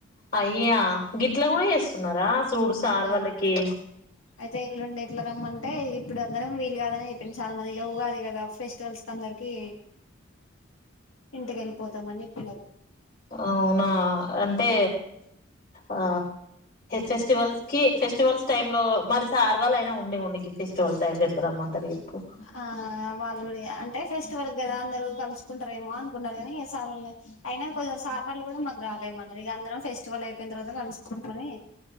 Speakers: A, on the left; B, on the left.
A: అయ్యా గిత్ ఇట్లా కూడా చేస్తున్నారా సుడు సార్
B: ఆ
A: వాళ్ళకి
B: అయితే ఎట్లుండి ఎట్లా రమ్మంటే ఇప్పుడు అందరం వీలు కాదని చెప్పి చాలా మందిగా ఊగాది కదా ఫెస్టివల్స్ క అందరికి ఇంటికి వెళ్ళిపోతామని చెప్పినారు
A: అవునా అంటే ఆ ఫెస్టివల్స్ కి ఫెస్ ఫెస్టివల్స్ టైమ్ లో మరి సార్ వాళ్ అయినా ఉండే ఉండి గి ఫెస్టివల్స్ టైం లో ఎట్లా రమ్మంటారు ఎప్పు.
B: ఆ వాళ్ళు కూడా అంటే ఫెస్టివల్ కదా అందరు కలుసుకుంటారేమో అనుకున్నర్ కానీ ఇగ ఏ సార్ వాళ్ లేం, అయినా కొందర్ సార్ వాళ్ళు కూడా మాకు రాలేమ్, అన్నార్ ఇగ అందరం ఫెస్టివల్ అయిపోయిన తర్వాత కలుసుకున్ మని